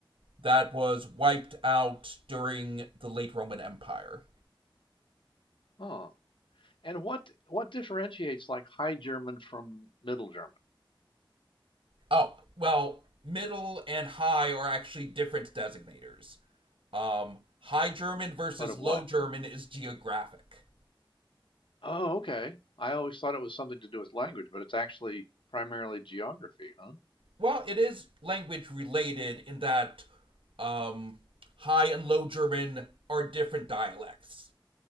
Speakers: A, on the right (about 75°); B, on the left (about 70°).
A: that was wiped out during the late Roman Empire.
B: Huh. And what what differentiates like High German from Middle German?
A: Oh, well, middle and high are actually different designators. Um, high German versus
B: But of
A: Low
B: what?
A: German is geographic.
B: Oh, okay. I always thought it was something to do with language, but it's actually primarily geography, huh?
A: Well, it is language related in that um, High and Low German are different dialects,